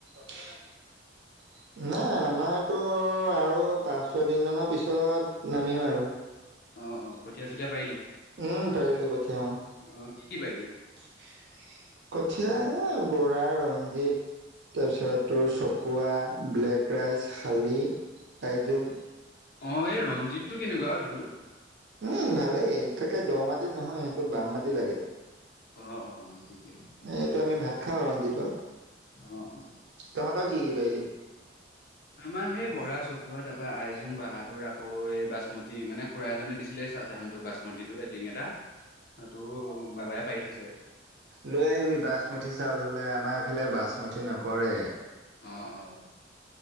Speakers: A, on the right (about 65°); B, on the left (about 55°).
A: নাই, আমাৰতো আৰু পাঁচ-ছ দিন মানৰ পিছত নামিম আৰু।
B: অ, অ, কঠীয়া-চঠীয়াা পাৰিলি?
A: উম, পাৰিলো কঠিয়া, ও।
B: অ কি কি পাৰিলি
A: কঠীয়া, এ, বৰা, ৰঞ্জিত তাৰপিছত তোৰ চকুৱা, ব্লেক ৰাইচ, শালি, আইজোং
B: অ, এই ৰঞ্জিতটো কেনেকুৱা অ' ধানটো?
A: উম, ভালেই। একে দ মাটিত নহয়, সেইটো বাম মাটি লাগে।
B: অ, অ', ঠিকে আছে, ঠিকে
A: এইটো
B: আছে।
A: আমি ভাত খাওঁ ৰঞ্জিতৰ
B: অ, অ।
A: তহঁতৰ কি কি বাই
B: আমাৰ সেই বৰা, চকুৱা, তাপ পা আইজোং, বাহাদুৰ আকৌ এই বাচমতী, মানে খুৰা এজনে দিছিলে এই চা ধানটো, বাচমতিটো, টিং এটা। সেইটো বাবাই পাৰি থৈছে।
A: লৈ আহিবি বাচমতি চাউল হ'লে আমাৰ এইফালে বাচমতি নকৰে।
B: অ' অ'।